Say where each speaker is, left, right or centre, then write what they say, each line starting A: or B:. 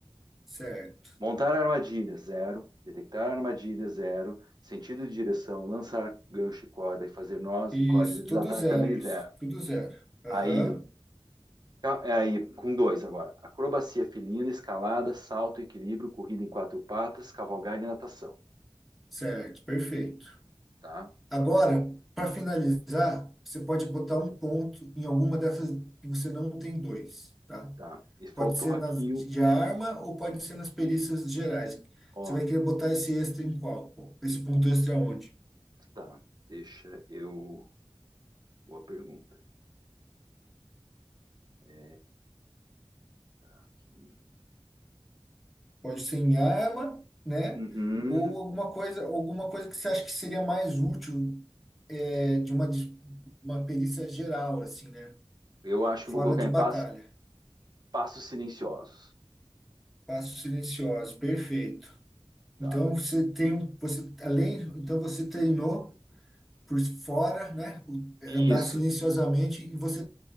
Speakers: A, in the centre; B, on the right.
A: certo.
B: Montar armadilha, zero. Detectar armadilha, zero. Sentido de direção, lançar gancho e corda e fazer nós
A: Isso,
B: em cordas e desatar
A: tudo zero,
B: também,
A: isso.
B: zero.
A: Tudo zero. Aham,
B: Aí, é aí, com dois agora. Acrobacia felina, escalada, salto, equilíbrio, corrida em quatro patas, cavalgada e natação.
A: certo, perfeito.
B: Tá?
A: Agora, para finalizar, você pode botar um ponto em alguma dessas que você não tem dois, tá?
B: Tá. E faltou
A: Pode ser
B: aqui,
A: nas de
B: um-
A: arma ou pode ser nas perícias gerais.
B: ó,
A: Você vai querer botar esse extra em qual? Pô? Esse ponto extra onde?
B: Tá, deixa eu. Boa pergunta. É, tá aqui.
A: Pode ser em arma, né?
B: Uhum.
A: Ou alguma coisa, alguma coisa que você acha que seria mais útil é, de uma, dis- uma perícia geral, assim, né?
B: Eu acho
A: Fora
B: que eu vou colocar
A: de
B: em
A: batalha.
B: passo- passos silenciosos,
A: Passos silenciosos, perfeito.
B: tá?
A: Então você tem, um- você além, então você treinou por fora, né? O- andar
B: Isso.
A: silenciosamente e você